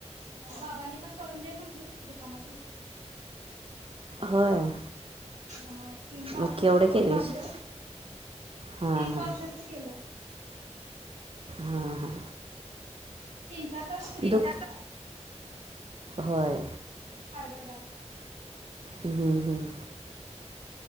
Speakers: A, on the right; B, on the right.
A: मग बाबांनी पण करून दे म्हटलीत दुकानात विकतो.
B: होय.
A: हा तीन पाचशेरची
B: मग केवढं
A: करून
B: पाच केलीस
A: दिलोय
B: वेळा हां
A: तीन पावशेरची
B: हां
A: केलो.
B: हा हा.
A: तीन चार तास भिजवायची
B: दुख
A: डाळ
B: होय.
A: हार्बर डाळ
B: हम्म हम्म.